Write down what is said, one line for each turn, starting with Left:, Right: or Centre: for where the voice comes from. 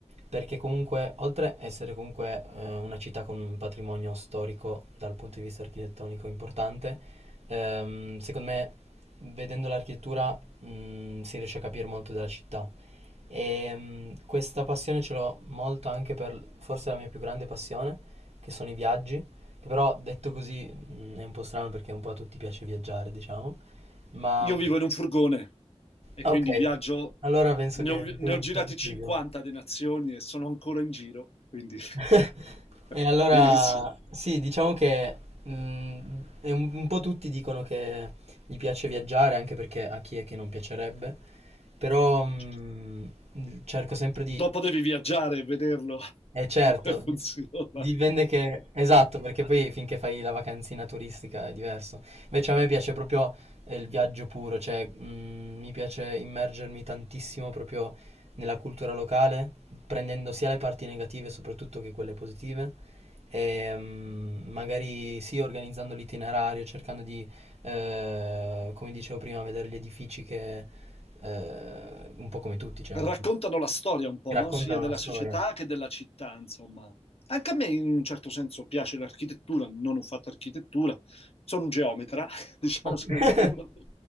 Right: perché comunque, oltre a essere comunque eh, una città con un patrimonio storico dal punto di vista architettonico importante, ehm, secondo me vedendo l'architettura mh, si riesce a capire molto della città. E mh, questa passione ce l'ho molto anche per forse la mia più grande passione, che sono i viaggi. Che però detto così mh, è un po' strano perché un po' a tutti piace viaggiare, diciamo. Ma
Left: Io vivo in un furgone e
Right: ok,
Left: quindi viaggio,
Right: allora penso
Left: ne
Right: che
Left: ho, ne
Right: tu mi
Left: ho girati
Right: capisci
Left: 50
Right: di più.
Left: di nazioni e sono ancora in giro, quindi
Right: <laughs>
Left: <laughs>
Right: E allora
Left: benissimo.
Right: sì, diciamo che mh, è un, un po' tutti dicono che gli piace viaggiare, anche perché a chi è che non piacerebbe. Però mh,
Left: Cioè,
Right: cerco sempre di
Left: dopo devi viaggiare e vederlo <laughs>
Right: E certo,
Left: come funziona.
Right: di- dipende che... Esatto, perché poi finché fai la vacanzina turistica è diverso. Invece a me piace
Left: <laughs>
Right: proprio eh, il viaggio puro, cioè mm, mi piace immergermi tantissimo proprio nella cultura locale, prendendo sia le parti negative soprattutto che quelle positive. E, mm, magari sì, organizzando l'itinerario, cercando di, eh, come dicevo prima, vedere gli edifici che, eh, un po' come tutti, cioè,
Left: raccontano
Right: ovvi-
Left: la storia un po',
Right: che raccontano
Left: no? Sia della
Right: una storia.
Left: società che della città, insomma. Anche a me in un certo senso piace l'architettura, non ho fatto architettura, sono un geometra, <laughs> diciamo
Right: Ok.
Left: sono
Right: <laughs>
Left: diplomato.